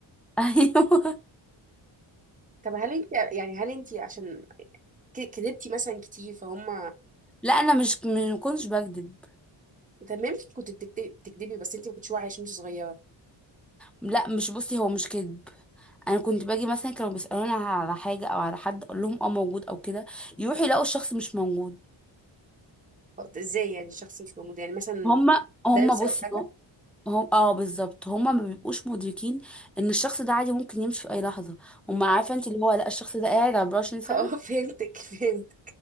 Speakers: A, in the centre; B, on the right.
A: <laughs> ايوه
B: طب هل انت يعني هل انت عشان ك- كدبتي مثلا كتير فهم
A: لا انا مش ما كنتش بكذب
B: طب ما يمكن كنت بتكت- بتكدبي بس انت ما كنتش واعيه عشان انت صغيره
A: لا مش بصي هو مش كذب انا كنت باجي مثلا كانوا بيسالوني على حاجه او على حد اقول لهم اه موجود او كده يروحوا يلاقوا الشخص مش موجود
B: طب ازاي يعني الشخص مش موجود يعني مثلا
A: هما هما
B: دارسه
A: بصي
B: او حاجه
A: هم هم- اه بالظبط هما ما بيبقوش مدركين ان الشخص ده عادي ممكن يمشي في اي لحظه هما عارفه
B: اه
A: انت اللي هو لا الشخص ده قاعد 24 ساعه
B: <laughs> آه، فهمتك فهمت